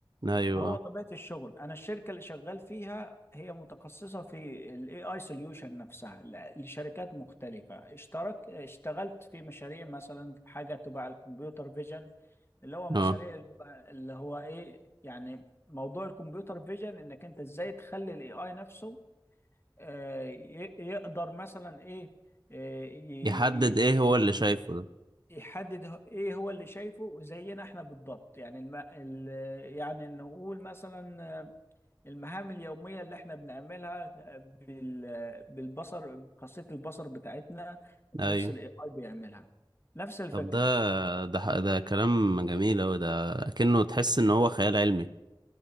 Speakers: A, on the right; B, on the left.
A: ايوه
B: فهو
A: اه
B: طبيعة الشغل أنا الشركة اللي شغال فيها هي متخصصة في ال AI solution نفسها ل- لشركات مختلفة اشترك اشتغلت في مشاريع مثلا في حاجة تبع الكمبيوتر فيجن اللي هو مشاريع
A: اه
B: اللي هو اللي هو إيه يعني موضوع الكمبيوتر فيجن إنك أنت إزاي تخلي ال AI نفسه آه، ي- يقدر مثلا إيه آه، ي-
A: يحدد
B: ي-
A: ايه هو اللي شايفه ده
B: يحدد هو- ايه هو اللي شايفه زينا احنا بالضبط يعني الم... ال... يعني نقول مثلا المهام اليومية اللي احنا بنعملها بال- بالبصر خاصية البصر بتاعتنا نفس
A: ايوه
B: الاي اي بيعملها نفس الفكرة
A: طب ده ده ده كلام جميل اوي ده كأنه تحس ان هو خيال علمي